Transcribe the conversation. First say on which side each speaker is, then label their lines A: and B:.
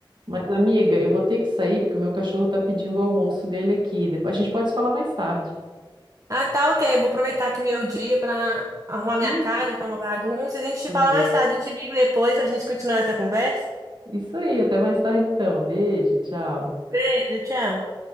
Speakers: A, on the right; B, on the right.
A: Mas, amiga, eu vou ter que sair porque o meu cachorro tá pedindo o almoço dele aqui. Depois a gente pode se falar mais tarde.
B: Ah, tá, ok. Vou aproveitar aqui meu dia pra arrumar minha
A: Isso,
B: casa, que tá uma bagunça. A gente fala
A: Vê.
B: mais tarde. Eu te ligo depois pra gente continuar essa conversa.
A: Isso aí, até mais tarde então. Beijo, tchau.
B: Beijo, tchau.